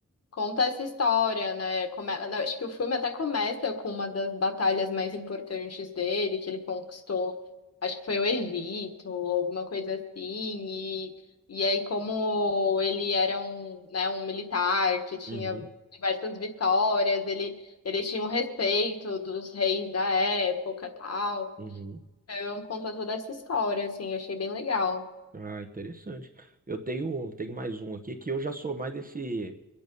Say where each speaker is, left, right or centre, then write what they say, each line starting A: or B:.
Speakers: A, on the left; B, on the right.
A: Conta essa história, né? Come... eu Acho que o filme até começa com uma das batalhas mais importantes dele, que ele conquistou, acho que foi o Egito, alguma coisa assim. E, e aí, como ele era um, né, um militar que tinha
B: Uhum,
A: diversas vitórias, ele, ele tinha um respeito dos reis da época, tal.
B: uhum.
A: Eu conto toda essa história, assim, achei bem legal.
B: Ah, interessante. Eu tenho, tenho mais um aqui que eu já sou mais desse,